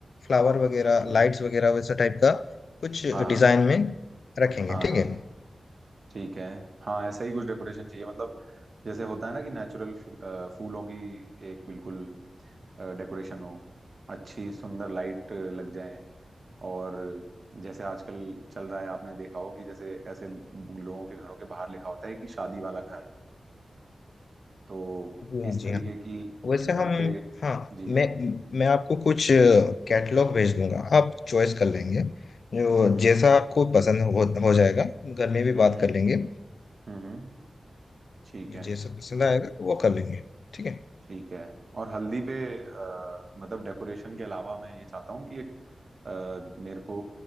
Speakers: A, on the left; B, on the right.
A: फ्लावर वगैरह
B: हम्म,
A: लाइट्स वगैरह वैसा टाइप का कुछ
B: हाँ
A: डिजाइन में रखेंगे
B: हाँ
A: ठीक
B: हाँ हाँ
A: है
B: ठीक है हाँ ऐसा ही कुछ डेकोरेशन चाहिए मतलब जैसे होता है ना कि नेचुरल फूलों की एक बिल्कुल डेकोरेशन हो अच्छी सुंदर लाइट लग जाए और जैसे आजकल चल रहा है आपने देखा हो कि जैसे ऐसे लोगों के घरों के बाहर लिखा होता है कि शादी वाला घर तो
A: जी हाँ
B: इस
A: जी
B: तरीके
A: हाँ
B: की
A: वैसे
B: घर
A: हम
B: के
A: हाँ
B: जी हम्म
A: मैं मैं आपको कुछ कैटलॉग भेज दूंगा आप चॉइस कर लेंगे जो
B: हम्म
A: जैसा आपको पसंद हो, हो जाएगा घर में भी बात
B: हम्म हम्म
A: कर लेंगे
B: हम्म हम्म, ठीक
A: जो
B: है
A: जैसा पसंद आएगा वो कर लेंगे ठीक है
B: ठीक है और हल्दी पे अ, मतलब डेकोरेशन के अलावा मैं ये चाहता हूँ कि एक अ, मेरे को